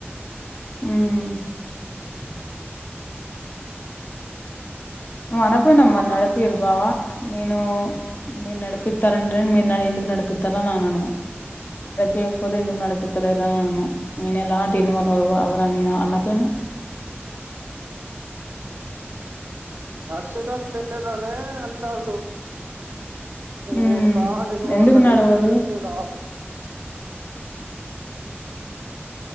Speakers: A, on the left; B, on the right.
A: మ్ నువ్ అనక్పోయినవ్ మరి
B: మా
A: నడిపీరు బావా నేను మీర్ నడిపిత్తారంటే మీర్ ఎందుక్ నడిపిత్తరన్ అనను నడిపియాకపోతే ఎందుకు నడిపిత్తాలేర్ అననను నేన్ ఎలాంటి ఇన్వాల్వ్ అవ్వ అవ్వనని అనక్పోయినవ్
B: నడ్సేటట్ లేదనే అంటాండు. <unintelligible>
A: ఉమ్ ఎందుకు నడవదు